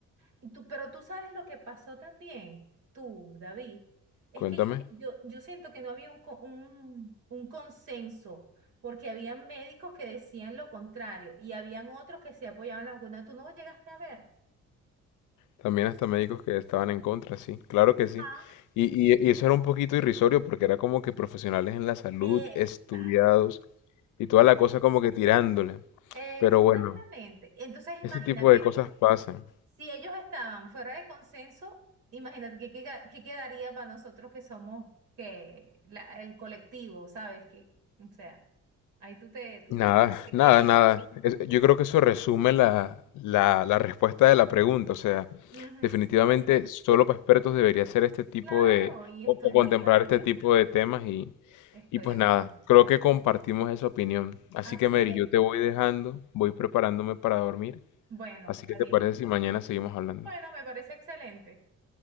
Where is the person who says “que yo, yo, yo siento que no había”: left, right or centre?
Right